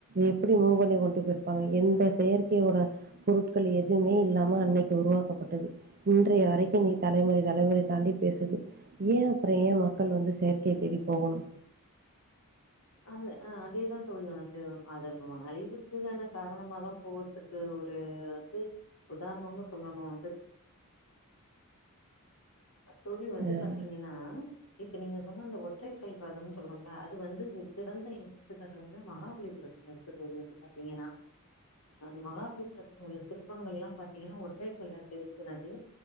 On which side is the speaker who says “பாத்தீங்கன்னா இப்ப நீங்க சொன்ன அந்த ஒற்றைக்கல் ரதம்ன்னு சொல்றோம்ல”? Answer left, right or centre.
Left